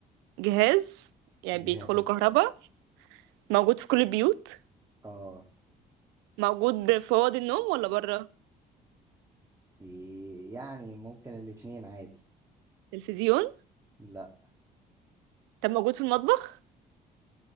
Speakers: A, on the right (about 85°); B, on the right (about 15°).
A: جهاز يعني
B: جهاز
A: بيدخله كهرباء موجود في كل البيوت
B: اه
A: موجود في اوض النوم ولا بره
B: إيه يعني ممكن الاتنين عادي
A: تلفزيون
B: لا
A: طب موجود في المطبخ